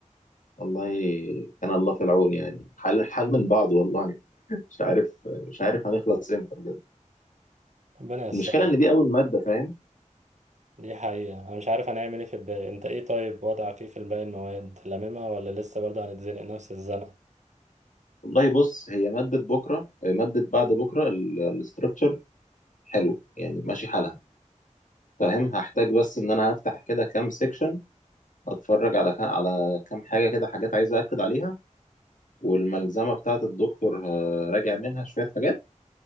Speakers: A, on the left; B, on the right.
A: والله كان الله في العون يعني الحال الحال من بعض والله مش عارف مش عارف هنخلص امتى بجد
B: ربنا ييسرها
A: المشكله ان دي اول ماده فاهم
B: دي حقيقه انا مش عارف انا هعمل ايه في الباقي انت ايه طيب وضعك ايه في الباقي المواد لاممها ولا لسه برضه هنتزنق نفس الزنقه
A: والله بص هي ماده بكره ماده بعد بكره الاستراكشر حلو يعني ماشي حالها فاهم هحتاج بس ان انا هفتح كده كام سيكشن اتفرج على كام على كام حاجه كده حاجات عايز اكد عليها والملزمه بتاعه الدكتور هراجع منها شويه حاجات